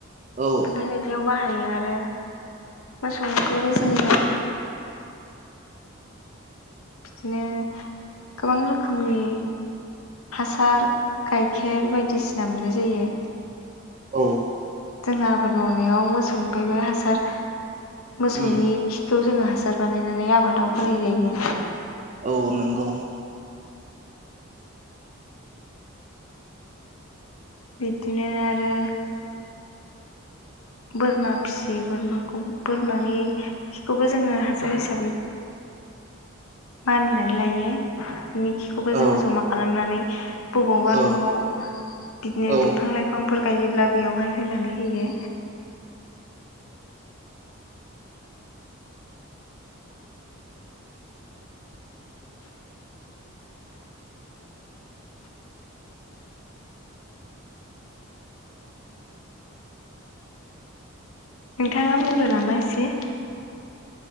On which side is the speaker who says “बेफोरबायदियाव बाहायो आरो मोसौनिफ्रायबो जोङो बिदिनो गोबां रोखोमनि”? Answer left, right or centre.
Left